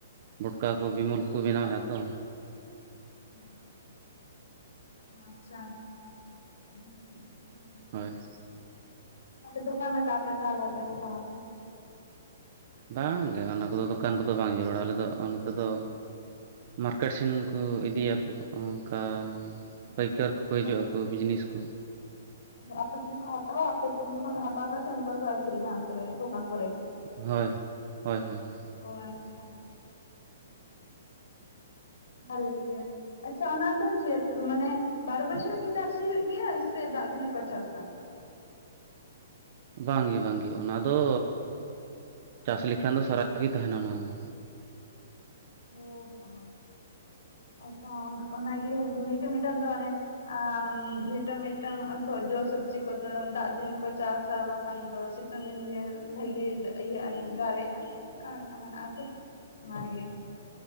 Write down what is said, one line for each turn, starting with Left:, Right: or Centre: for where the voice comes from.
Right: ᱜᱷᱩᱴᱠᱟ ᱠᱚ,
Left: ᱚ
Right: ᱵᱤᱢᱚᱞ ᱠᱚ ᱵᱮᱱᱟᱣᱮᱫ-ᱟ ᱛᱚ᱾
Left: ᱦᱩᱸ ᱦᱩᱸ ᱟᱪᱷᱟ ᱟᱪᱷᱟ <unintelligible>
Right: ᱦᱳᱭ
Left: ᱛᱟᱞᱦᱮ ᱫᱚᱠᱟᱱ ᱠᱟᱭᱟ ᱯᱮ ᱛᱟᱞᱦᱮ ᱟᱯᱮ ᱫᱚ ᱛᱟᱞᱦᱮ?
Right: ᱵᱟᱝ ᱜᱮ ᱚᱱᱟ ᱠᱚ ᱫᱚ ᱫᱚᱠᱟᱱ ᱠᱚ ᱫᱚ ᱵᱟᱝ ᱡᱟᱹᱨᱩᱲᱟ᱾ ᱟᱞᱮ ᱫᱚ ᱱᱚᱛᱮ ᱫᱚ ᱢᱟᱨᱠᱮᱴ ᱥᱮᱱ ᱠᱚ ᱤᱫᱤᱭᱟ ᱠᱚ ᱚᱱᱠᱟ
Left: ᱢᱟᱱᱮ
Right: ᱯᱟᱹᱭᱠᱟᱹᱨ
Left: ᱟᱯᱮ ᱴᱷᱮᱱ
Right: ᱠᱚ ᱠᱚ
Left: ᱦᱟᱛᱟᱣᱟ
Right: ᱦᱤᱡᱩᱜ ᱟᱠᱚ ᱵᱤᱡᱽᱱᱮᱥ ᱠᱚ᱾
Left: ᱟᱯᱮ ᱴᱷᱮᱱ ᱠᱚ ᱦᱟᱛᱟᱣ ᱟᱯᱮ ᱴᱷᱮᱱ ᱦᱟᱛᱟᱣ ᱠᱟᱛᱮᱫ ᱩᱱᱠᱩ ᱫᱚ ᱠᱚ ᱟᱠᱷᱨᱤᱧᱟ ᱦᱟᱱᱛᱮ ᱨᱮ ᱫᱚᱠᱟᱱ ᱠᱚᱨᱮ᱾
Right: ᱦᱳᱭ ᱦᱳᱭ ᱦᱳᱭ,
Left: ᱚ ᱟᱪᱷᱟ ᱵᱷᱟᱹᱞᱮ ᱜᱮ᱾ ᱟᱪᱷᱟ ᱚᱱᱟ ᱫᱚ ᱪᱮᱫ ᱢᱟᱱᱮ ᱵᱟᱨᱚ ᱵᱚᱪᱷᱚᱨ ᱜᱮ ᱪᱟᱥ ᱦᱳᱭᱳᱜ ᱜᱮᱭᱟ ᱥᱮ ᱫᱟᱜ ᱫᱤᱱ ᱜᱮ ᱠᱚ ᱪᱟᱥᱟ?
Right: ᱵᱟᱝ ᱜᱮ ᱵᱟᱝ ᱜᱮ ᱚᱱᱟ ᱫᱚ ᱪᱟᱥ ᱞᱮᱠᱷᱟᱱ ᱫᱚ ᱥᱟᱨᱟ ᱜᱮ ᱛᱟᱦᱮᱱᱟ ᱚᱱᱟ ᱫᱚ᱾
Left: ᱚ ᱦᱚᱸ ᱟᱪᱷᱟ ᱚᱱᱟ ᱜᱮ ᱢᱤᱫ ᱴᱟᱝ ᱢᱤᱫ ᱴᱟᱝ ᱫᱚ ᱚᱱᱮ ᱟᱸ ᱢᱤᱫ ᱴᱟᱝ ᱢᱤᱫ ᱴᱟᱝ ᱥᱚᱡᱚ ᱥᱚᱵᱽᱡᱤ ᱠᱚ ᱫᱚ ᱫᱟᱜ ᱫᱤᱱ ᱜᱮᱠᱚ ᱪᱟᱥᱟ ᱵᱟᱠᱷᱟᱱ ᱫᱚ ᱥᱤ- ᱛᱚᱝ ᱫᱤᱱ ᱜᱮ ᱵᱷᱟᱹᱜᱤ ᱤᱭᱟᱹ ᱟᱱᱤᱡ ᱫᱟᱨᱮ ᱟᱹᱱᱤᱡ ᱚᱠᱟ ᱢᱤᱫ ᱴᱟᱝ ᱢᱮᱱᱟᱜ ᱟᱥᱮ ᱚᱱᱟ ᱜᱮ᱾